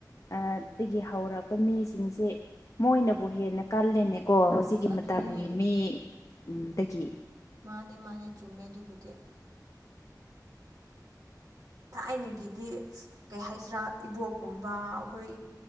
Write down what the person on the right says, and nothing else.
ꯑꯗꯨꯅꯦ
ꯃꯥꯅꯦ ꯃꯥꯅꯦ ꯆꯨꯝꯃꯦ ꯑꯗꯨꯕꯨꯗꯤ ꯊꯥꯏꯅꯒꯤꯗꯤ ꯀꯩ ꯍꯥꯏꯁꯤꯔꯥ ꯏꯕꯣꯛꯀꯨꯝꯕ ꯑꯩꯈꯣꯏ